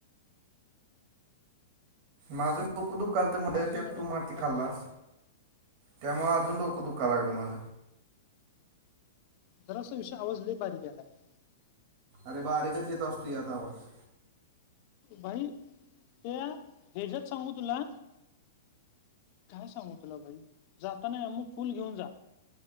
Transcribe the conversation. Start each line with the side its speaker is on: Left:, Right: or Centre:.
Right: माझ डोक दुःखालत म्हणल
Left: माझं
Right: त्यात
Left: काय डोकं
Right: तू माती
Left: दुखायलंय
Right: खाल्लास. त्यामुळे अजून डोक दुखायला लागल माझ.
Left: जरा विषू आवाज लय बारीक यायला लागला.
Right: अरे बारीकच येत असतोय आता आवाज.
Left: भाई त्या हेच्यात सांगू तुला. काय सांगू तुला भाई जाताना मग अमुक फुल घेऊन जा.